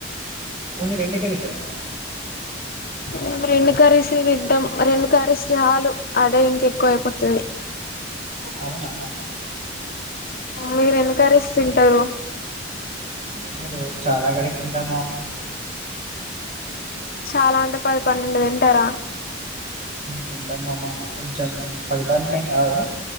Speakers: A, on the right (about 35°); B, on the left (about 50°).
A: ఓన్లీ <unintelligible>
B: మేము రెండు కర్రీస్ తింటాం రెండు కర్రీస్ చాలు అదే ఇంక ఎక్కువ అయిపోతుంది
A: అవునా
B: మీరు ఎన్ని కర్రీస్ తింటారు
A: మేము రోజు చాలా కరే తింటాం మామేనా
B: చాలా అంటే పది పన్నెండు తింటార
A: తింటామ్మామ కొంచెం పది పన్నెండు ఏం కాదు